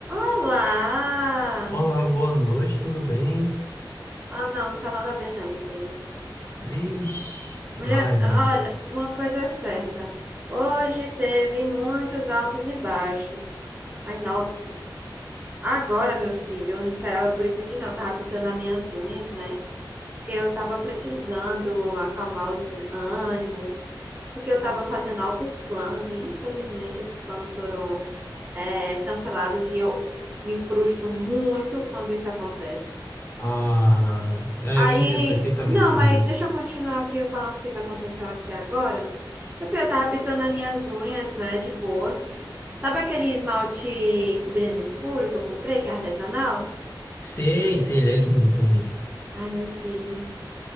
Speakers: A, on the right; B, on the left.
A: Olá!
B: Olá, boa noite, tudo bem?
A: Ah, não, tá nada bem não, meu filho.
B: Vixe, live.
A: Mulher, olha,
B: hein?
A: uma coisa é certa. Hoje teve muitos altos e baixos. Mas, nossa, agora, meu filho, eu não esperava por isso aqui não. Eu tava pintando as minhas unhas, né? Porque eu tava precisando acalmar os ânimos. Porque eu tava fazendo altos planos e, infelizmente, esses planos foram, é, cancelados e eu me frustro muito quando isso acontece.
B: Ah, é,
A: Aí,
B: eu entendo perfeitamente
A: não,
B: como
A: mas
B: é.
A: deixa eu continuar aqui falando o que que aconteceu aqui agora. Eu fui, eu tava pintando as minhas unhas, né, de boa. Sabe aquele esmalte que brilha no escuro que eu comprei, que é artesanal?
B: Sei, sei, ele é lindo, inclusive.
A: Ai, meu filho,